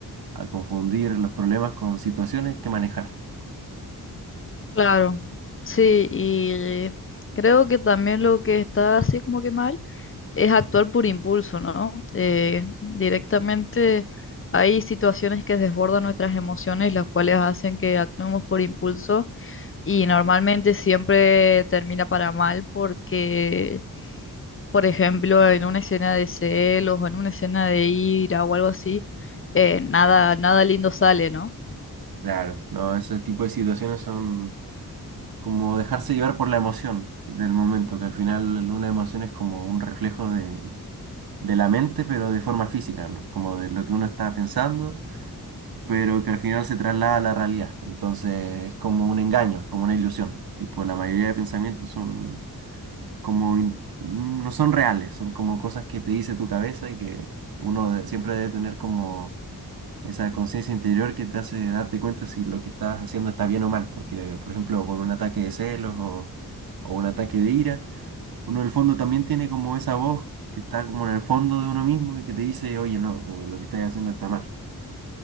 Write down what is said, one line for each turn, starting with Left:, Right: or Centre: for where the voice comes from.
Right: a confundir los problemas con situaciones que manejar.
Left: Claro, sí, y creo que también lo que está así como que mal es actuar por impulso, ¿no? Eh, directamente hay situaciones que desbordan nuestras emociones, las cuales hacen que actuemos por impulso y normalmente siempre termina para mal porque, por ejemplo, en una escena de celos o en una escena de ira o algo así, eh, nada, nada lindo sale, ¿no?
Right: Claro, no, ese tipo de situaciones son como dejarse llevar por la emoción del momento, que al final una emoción es como un reflejo de, de la mente, pero de forma física, ¿no? Como de lo que uno está pensando, pero que al final se traslada a la realidad. Entonces es como un engaño, es como una ilusión. Tipo, la mayoría de pensamientos son como, in- no son reales, son como cosas que te dice tu cabeza y que uno de- siempre debe tener como esa conciencia interior que te hace darte cuenta si lo que estás haciendo está bien o mal, porque, por ejemplo, por un ataque de celos o, o un ataque de ira, uno en el fondo también tiene como esa voz que está como en el fondo de uno mismo y que te dice, oye, no, como lo que estás haciendo está mal.